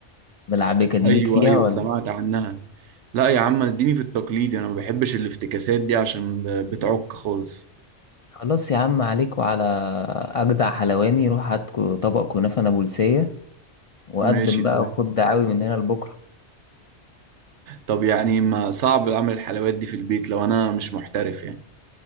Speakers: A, on the left; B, on the right.
A: ملعبكة دي
B: أيوة
A: ليك فيها
B: أيوة
A: ولا
B: سمعت عنها لا يا عم اديني في التقليدي أنا ما بحبش الافتكاسات دي عشان ب- بتعك خالص
A: خلاص يا عم عليك وعلى أجدع حلواني روح هات كو- طبق كنافة نابلسية وقدم
B: ماشي
A: بقى
B: تمام
A: وخد دعاوي من هنا لبكرة
B: طب يعني ما صعب أعمل الحلويات دي في البيت لو أنا مش محترف يعني